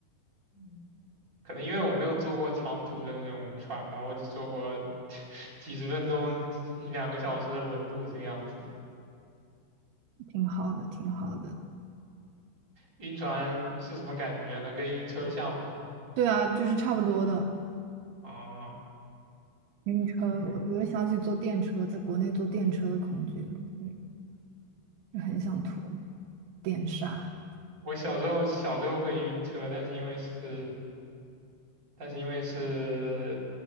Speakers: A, on the right; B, on the right.
A: 嗯可能因为我没有坐过长途的那种船吧，我只坐过 <laughs> 几十分钟、一两个小时的轮渡这个样子。
B: 挺好的，挺好的。
A: 晕船是什么感觉呢？跟晕车像吗？
B: 对啊，就是差不多的。
A: 啊，
B: 晕车，
A: 嗯，
B: 我我又想起坐电车，在国内坐电车的恐惧了嗯就很想吐，电杀
A: 我小时候小时候会晕车，但是因为是但是因为是